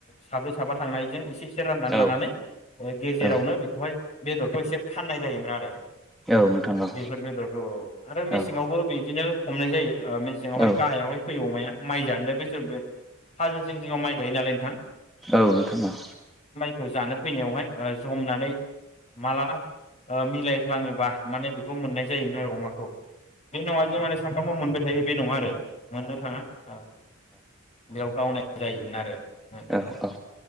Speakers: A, on the left (about 35°); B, in the centre.
A: साब्रै साबा थांनायजों इसे इसे राननानै
B: औ
A: लानानै गेजेरावनो
B: औ
A: बेखौहाय बेदरखौ एसे फाननाय जायोमोन आरो
B: औ नोंथां औ
A: बेफोर बेदरखौ औ आरो मेसेङावबो
B: औ
A: बिदिनो हमनाय जायो। ओ मेसेङावहाय
B: औ
A: गाहायावहाय फैयो अमाया माइ जानो बैसोरबो हाजो जिं जिङाव माइ गायो नालाय नोंथां
B: औ नोंथां औ
A: खौ जानो फैनायावहाय ओ जमनानै मालाबा ओ मिलायफ्लाङोबा माने बेखौ मोननाय जायोमोन आरो अमाखौ बे नङा जे माने सानफ्रामबो मोनबाय थायो बे नङा आरो मोननो थाङा अ मावनाय जायोमोन आरो ओ
B: औ औ